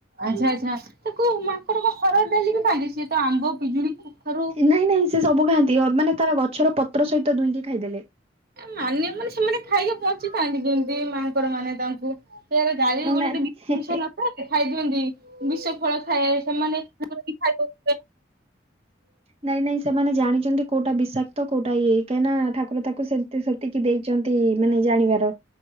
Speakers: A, on the right (about 55°); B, on the right (about 35°).
A: ଆଚ୍ଛା ଆଚ୍ଛା ତାକୁ ମାଙ୍କଡ ହର ଡାଲି ବି ଖାଇଦେ ସି ତ ଆମ୍ବ ପିଜୁଳି କଖାରୁ
B: ନାଇଁ ନାଇଁ ସେ ସବୁ ଖାଆନ୍ତି ମାନେ ତାର ଗଛର ପତ୍ର ସହିତ ଦୁଇଁକି ଖାଇଦେଲେ
A: ମାନେ ମାନେ ସେମାନେ ଖାଇକ ବଞ୍ଚିଥାନ୍ତି ଯେମିତି ମାଙ୍କର ମାନେ ତାଙ୍କୁ ସେ ଗଡାଲି ଗୋଟ
B: ନାଇଁ
A: ଗୋେ ଜଷ ଖାଇଦିଅନ୍ତି ବିଷ ଫଳ ଥାଏ ସେମାନେ ଖାଇିବ
B: ନାଇଁ ନାଇଁ ସେମାନେ ଜାଣିଛନ୍ତି କୋଉଟା ବିଷାକ୍ତ କୋଉଟା ଇଏ କାହିଁକ ନା ଠାର ତାକୁ ସେ ସେତିକି ଦେଇି ଛନ୍ତି ମାନେ ଜାଣିବାର